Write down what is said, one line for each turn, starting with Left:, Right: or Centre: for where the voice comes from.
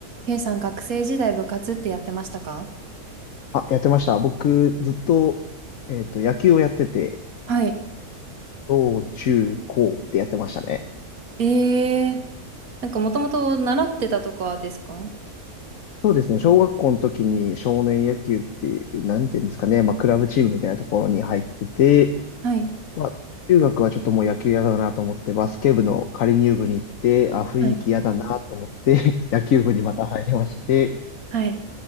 Right: K さん学生時代部活ってやってましたか
Left: あ、やってました。僕、ずっと、えっと、野球をやってて、
Right: はい。
Left: 小中高ってやってましたね。
Right: ええー、なんかもともと習ってたとかですか
Left: そうですね。小学校の時に少年野球っていう、なんていうんですかね。まあ、クラブチームみたいなところに入ってて、
Right: はい。
Left: まあ、中学はちょっともう野球嫌だなと思って、バスケ部の仮入部に行って、あ、雰囲気嫌だなと思って、
Right: はい。
Left: <laughs> 野球部にまた入りまして、
Right: はい。